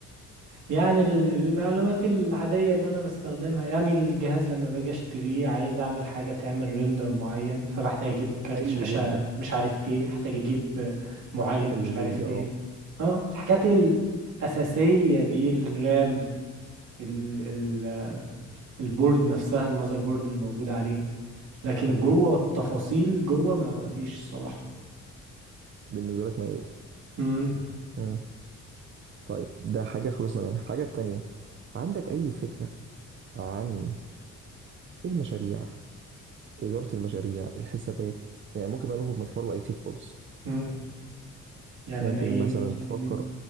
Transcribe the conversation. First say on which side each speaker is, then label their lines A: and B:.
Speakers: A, on the right; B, on the right.
A: يعني ال- المعلومات العاديه اللي انا بستخدمها يعني الجهاز لما باجي اشتريه عايز اعمل حاجه تعمل ريندر معين فبحتاج اجيب كارت
B: حلو
A: شاشه
B: جدا
A: مش عارف ايه احتاج اجيب معالج
B: الفيجا
A: مش عارف ايه
B: اه
A: اه الحاجات الاساسيه دي الرام ال ال البورد نفسها المذر بورد اللي موجود عليه لكن
B: حلو
A: جوه
B: جدا
A: التفاصيل جوه ما ما فيش الصراحة
B: بالنسبه لك ميتها
A: امم
B: امم طيب ده حاجه خلصنا منها الحاجه التانيه عندك اي فكره عن المشاريع إدارة المشاريع الحسابات يعني ممكن بقى نخرج من حوار الاي تي خالص
A: امم يعني
B: ممكن
A: انا ايه
B: مثلا
A: يمكن
B: تفكر